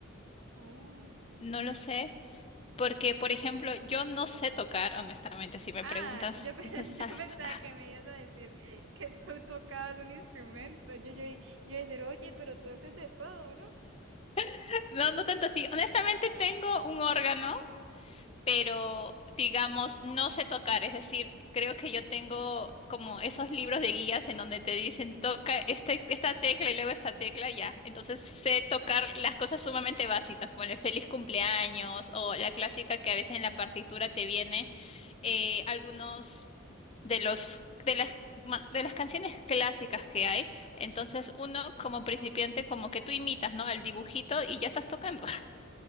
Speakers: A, on the right (about 75°); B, on the left (about 30°).
A: Oh.
B: No lo sé, porque por ejemplo, yo no sé tocar, honestamente, si me
A: Ah,
B: preguntas,
A: yo, pe-
B: "Pero
A: <laughs>
B: ¿sabes
A: yo pensaba
B: tocar?
A: que me ibas a decir que tú <laughs> tocabas un instrumento. Yo, yo, yo iba a decir, oye, pero tú haces de todo, ¿no?
B: <laughs> No, no
A: <laughs>
B: tanto así. Honestamente tengo un órgano, pero digamos, no sé tocar, es decir, creo que yo tengo como esos libros de guías en donde te dicen toca este, esta tecla y luego esta tecla, ya. Entonces sé tocar las cosas sumamente básicas, ponle feliz cumpleaños o la clásica que a veces en la partitura te viene eh, algunos de los de las ma- de las canciones clásicas que hay, entonces uno como principiante como que tú imitas, ¿no? Al dibujito y ya estás tocando. <laughs>